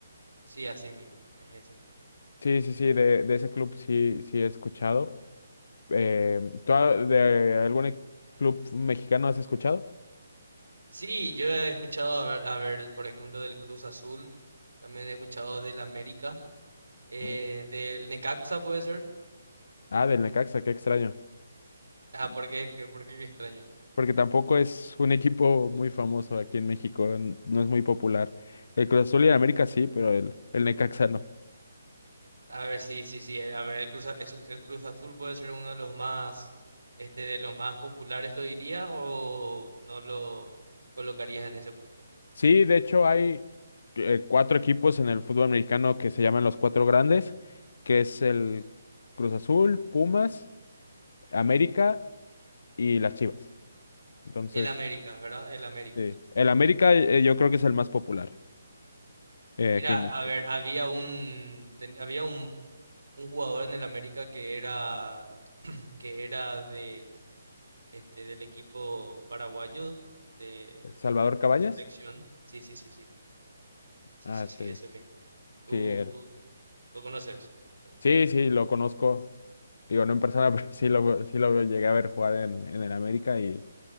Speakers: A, on the right; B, on the left.
A: Sí, así mismo, es ese mismo.
B: Sí, sí, sí, de, de ese club sí, sí he escuchado. Eh, ¿tú a- de algún e- club mexicano has escuchado?
A: Sí, yo he escuchado hablar, a ver, por ejemplo, del Cruz Azul, también he escuchado del América, eh,
B: No.
A: del Necaxa puede ser.
B: Ah, del Necaxa, qué extraño.
A: Ah, ¿por qué? ¿Qué- ¿Por qué Qué extraño?
B: Porque tampoco es un <laughs> equipo muy famoso aquí en México, n- no es muy popular. El Cruz Azul y el América sí, pero el, el Necaxa no.
A: A ver, sí, sí, sí. eh, A ver, el Cruz, es- el Cruz Azul puede ser uno de los más, este, de los más populares, lo dirías, o no lo colocarías en ese puesto.
B: Sí, de hecho hay eh, cuatro equipos en el fútbol mexicano que se llaman los cuatro grandes, que es el Cruz Azul, Pumas, América y las Chivas. Entonces,
A: El Américas, ¿verdad? El Américas.
B: sí. El América eh, yo creo que es el más popular. Eh,
A: Mira,
B: aquí en
A: a
B: México.
A: ver, había un, ten- había un, un jugador en el América que era, que era del, este, del equipo paraguayo de,
B: ¿Salvador
A: de
B: Cabañas?
A: la selección. Sí, sí, sí, sí. Sí,
B: Ah,
A: sí, sí,
B: sí,
A: ese mismo. Tú,
B: sí, él.
A: tú lo conoces, entonces.
B: Sí, sí, lo conozco. Digo, no en persona, <laughs> pero sí lo, sí lo llegué a ver jugar en, en el América y,